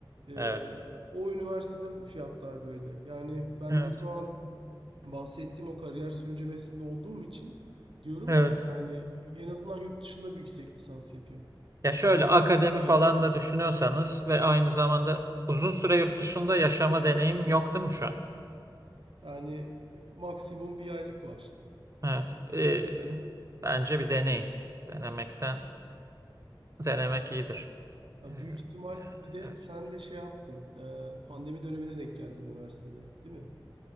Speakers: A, on the right (about 85°); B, on the right (about 40°).
A: Ee,
B: Evet.
A: o üniversitede fiyatlar böyle. Yani ben
B: Evet.
A: de şu an bahsettiğim o kariyer sürüncemesinde olduğum için diyorum
B: Evet.
A: ki yani en azından yurt dışında bir yüksek lisans yapayım.
B: Ya şöyle akademi
A: Değil aynı
B: falan
A: fiyat.
B: da düşünüyorsanız ve aynı zamanda uzun süre yurt dışında yaşama deneyim yok değil mi şu an?
A: Yani e, maksimum bir aylık var.
B: Evet. Ee, bence bir deneyin. Denemekten denemek iyidir.
A: Ya
B: Ee,
A: büyük ihtimal
B: yani
A: bir de
B: evet.
A: sen de şey yaptın. e, pandemi dönemine denk geldin üniversitede, değil mi?